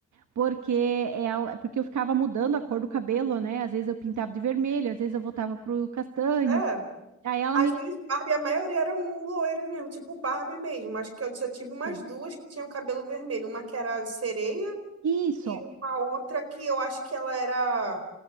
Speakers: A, on the right (about 70°); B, on the right (about 55°).
A: Porque, ela, porque eu ficava mudando a cor do cabelo, né? Às vezes eu pintava de vermelho, às vezes eu voltava pro castanho.
B: É.
A: Aí ela
B: As
A: me.
B: minhas Barbie, a maioria eram loiras mesmo, tipo Barbie mesmo. Acho que eu só tive umas
A: assim,
B: duas que tinham cabelo vermelho. Uma que era sereia
A: Isso,
B: e uma outra que eu acho que ela era.